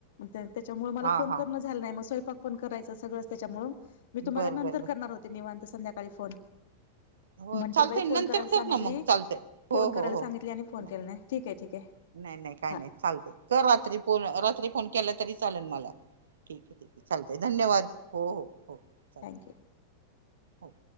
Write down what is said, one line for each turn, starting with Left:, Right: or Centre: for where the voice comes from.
Left: त्याच्यामुळे म
Right: हा
Left: फोन
Right: हा
Left: करणं झा नाही म स्वय पण करायचं सगळंच त्याच्यामु मी तुम्हाला
Right: बर
Left: नंतर
Right: बर बर
Left: करणार होते निवांत संध्याकाळी फोन
Right: <unintelligible> हो
Left: म्हणतील
Right: चालतय
Left: बाई फोन
Right: नंतर
Left: करायला सांगितली
Right: कर ना मग चालतय
Left: फोन
Right: हो
Left: करायला
Right: हो
Left: सांगितली
Right: हो.
Left: आणि फोन
Right: नाही
Left: केला ठीक आहे ठीक आहे
Right: नाही काय
Left: हा
Right: नाही चालत कर रात्री पो रात्री फोन केला तरी चालेल मला. ठीक आहे ठीक आहे चालतय धन्यवाद हो हो हो चालतय.
Left: थँक्यू
Right: हो.